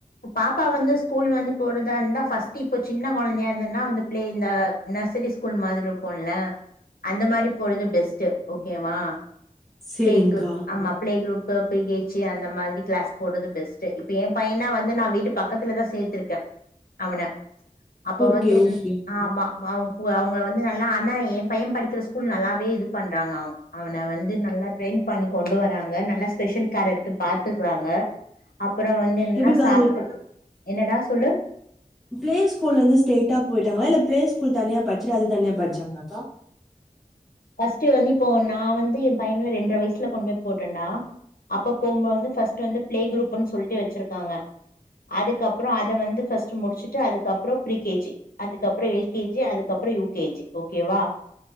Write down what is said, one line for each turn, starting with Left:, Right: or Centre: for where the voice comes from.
Left: பாப்பா வந்து ஸ்கூல் வந்து போறதா இருந்தா பஸ்ட் இப்ப சின்ன குழந்தையா இருந்தன்னா வந்து பிளே இந்த நர்சரி ஸ்கூல் மாதிரி இருக்கும்ல அந்த மாதிரி போறது பெஸ்ட் ஓகேவா
Centre: சரிங்க்கா.
Left: பிளே குப் ஆமா பிளே குரூப் ஒரு பிகேச்சி அந்த மாதிரி கிளாஸ் போடுறது பெஸ்ட் இப்ப என் பையனா வந்து நான் வீட்டு பக்கத்துலதான் சேர்த்திருக்கேன் அவன அப்ப
Centre: ஓகே,
Left: வந்து என்
Centre: ஓகே.
Left: ஆமா அவங்கள வந்து நல்லா ஆனா என் பையன் படிக்கிற ஸ்கூல் நல்லாவே இது பண்றாங்க அவன் அவனை வந்து நல்லா ட்ரெயின் பண்ணி கொண்டு வராங்க நல்லா ஸ்பெஷல் கேர் எடுத்து பார்த்துக்குறாங்க அப்புறம் வந்து என்னன்னா
Centre: எப்படிக்கா
Left: சாப்புடு
Centre: அது
Left: என்னடா சொல்லு
Centre: பிளே ஸ்கூலந்லேருந்து ஸ்டைட்டா போயிட்டா இல்ல பிளே ஸ்கூல் தனியா படிச்சுடு அது தனியா படிச்சாங்களாக்கா
Left: ஃபர்ஸ்ட் வந்து இப்போ நான் வந்து என் பையனுல ரெண்டரை வயசுல கொண்டு போய் போட்டேண்டா அப்ப போகும்போது வந்து பஸ்ட் வந்து பிளே குரூப்ன்னு சொல்லிட்டு வச்சிருக்காங்க அதுக்கப்புறம் அதை வந்து ஸ் முடிச்சுட்டு அதுக்கப்புறம் ப்ரிகேஜி அதுக்கறம் எல்கேஜி அதுக்கு அதுக்கப்புறம் யூகேஜி ஓக்கேவா